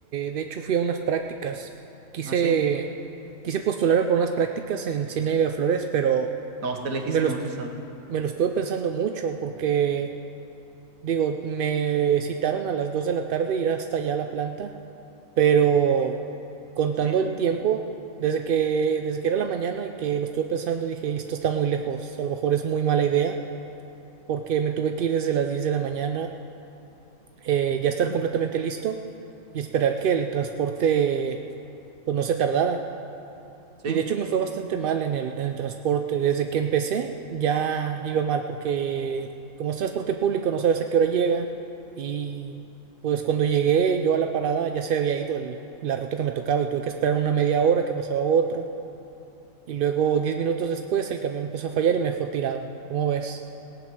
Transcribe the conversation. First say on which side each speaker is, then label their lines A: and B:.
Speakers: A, on the right; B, on the right.
A: de hecho fui a unas prácticas, quise,
B: ¿Ah, sí?
A: quise postularme por unas prácticas en Ciénega de Flores, pero
B: No, está lejísimos
A: me los
B: eso.
A: Me lo estuve pensando mucho porque, digo, me citaron a las 2 de la tarde ir hasta allá a la planta, pero contando
B: ¿Sí?
A: el tiempo, desde que, desde que era la mañana y que lo estuve pensando, dije, esto está muy lejos, a lo mejor es muy mala idea, porque me tuve que ir desde las 10 de la mañana, eh, ya
B: Ujú,
A: estar completamente listo y esperar que el transporte, pues no se tardara.
B: ¿Sí?
A: Y de hecho me fue bastante mal en el, en el transporte. Desde que empecé ya iba mal porque como es transporte público no sabes a qué hora llega. Y pues cuando llegué yo a la parada ya se había ido el- la ruta que me tocaba y tuve que esperar una media hora que pasaba otro. Y luego diez minutos después el camión empezó a fallar y me dejó tirado. ¿Cómo ves?